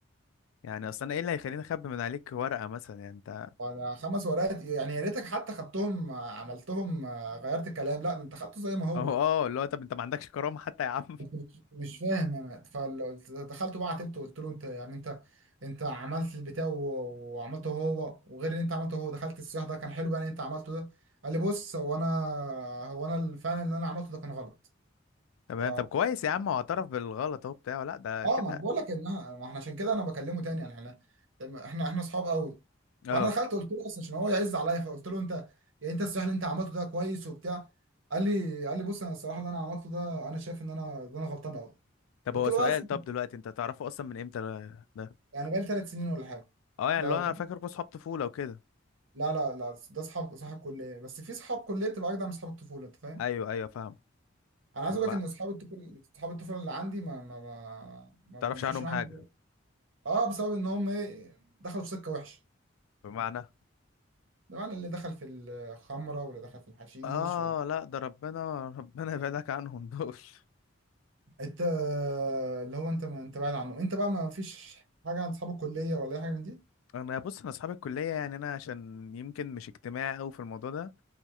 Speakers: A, on the left (about 85°); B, on the right (about 70°).
A: يعني اصل انا ايه اللي هيخليني اخبي من عليك ورقه مثلا يعني انت <laughs>
B: وانا خمس ورقات يعني يا ريتك حتى خدتهم آه، عملتهم آه، غيرت الكلام لا ده انت خدته زي ما هو
A: اهو اه اللي هو طب انت ما عندكش كرامه حتى يا عم
B: انت مش مش فاهم انا فدخلت بقى عاتبته قلت له انت يعني انت انت عملت البتاع و- وعملته هو وغير اللي انت عملته هو دخلت السياح ده كان حلو يعني انت عملته ده قال لي بص هو انا هو انا ال- فعلا اللي انا عملته ده كان غلط
A: <laughs> تمام
B: ف
A: طب كويس يا عم هو اعترف بالغلط اهو بتاعه لا ده
B: اه
A: كده
B: ما انا بقول لك ان أنا- ما احنا عشان كده انا بكلمه تاني يعني احنا احنا احنا اصحاب قوي
A: اه
B: فانا دخلت قلت له اصلا عشان هو يعز عليا فقلت له انت يعني انت السياح اللي انت عملته ده كويس وبتاع قال لي قال لي بص انا الصراحه اللي انا عملته ده انا شايف ان انا ان انا غلطان قوي
A: طب
B: قلت
A: هو
B: له
A: سؤال
B: بس
A: طب دلوقتي انت تعرفه اصلا من امتى ده
B: يعني بقالي ثلاث سنين ولا حاجه
A: اه يعني
B: ده,
A: اللي هو
B: ده
A: انا فاكركوا اصحاب طفوله وكده
B: لا لا لا ده اصحاب صحاب كليه بس في صحاب كليه بتبقى اجدع من صحاب الطفوله انت فاهم
A: ايوه ايوه فاهم
B: انا عايز
A: وبقى
B: اقول لك ان اصحاب الطفوله اصحاب الطفوله اللي عندي ما ما ما, ما
A: تعرفش
B: بمشيش
A: عنهم
B: معاهم
A: حاجه
B: دلوقتي. اه بسبب ان هم ايه دخلوا في سكه وحشه
A: بمعنى
B: يعني اللي دخل في الخمره واللي دخل في الحشيش
A: اه
B: وال...
A: لا ده ربنا ربنا يبعدك عنهم دول <laughs>
B: انت اللي هو انت ما انت بعيد عنه انت بقى ما فيش حاجه عن اصحاب الكليه ولا اي حاجه من دي
A: انا بص انا اصحاب الكليه يعني انا عشان يمكن مش اجتماعي قوي في الموضوع ده